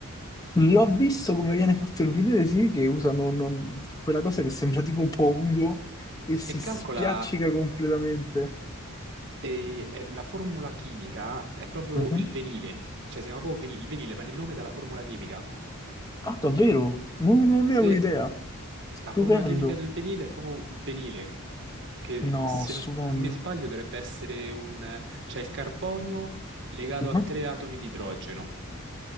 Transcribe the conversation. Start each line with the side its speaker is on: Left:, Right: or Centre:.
Left: L'ho visto come viene fatto il vinile, sì, che usano non- quella cosa che sembra tipo pongo e si
Right: E
Left: spiaccica
Right: calcola
Left: completamente.
Right: E, eh, la formula chimica è proprio
Left: Mhm.
Right: il venile, cioè si chiama proprio veni- il venile, prende il nome dalla formula chimica.
Left: Ah, davvero? Non, non
Right: Se
Left: ne avevo idea. Stupendo.
Right: la formula chimica del venile è proprio il venile, che
Left: No,
Right: se
Left: stupendo.
Right: non non mi sbaglio dovrebbe essere un, eh, cioè il carbonio legato
Left: Mhm.
Right: a tre atomi di idrogeno.